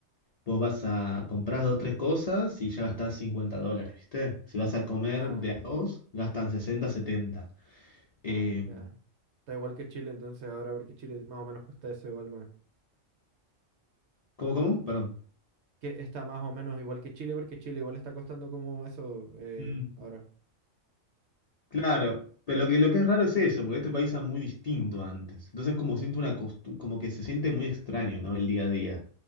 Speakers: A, on the left; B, on the right.
A: vos vas a comprar dos, tres cosas y ya gastás 50 dólares, ¿viste? Si vas a comer
B: Nada,
A: de a dos, gastan 60 setenta Eh,
B: nada, ya. Está igual que Chile entonces ahora porque Chile más o menos cuesta eso igual, weón.
A: ¿cómo, cómo? Perdón.
B: Que está más o menos igual que Chile porque Chile igual está costando como eso eh,
A: Mm,
B: ahora.
A: Claro, pero lo que, lo que es raro es eso, porque este país era muy distinto antes. Entonces como siento una costu- como que se siente muy extraño, ¿no? El día a día.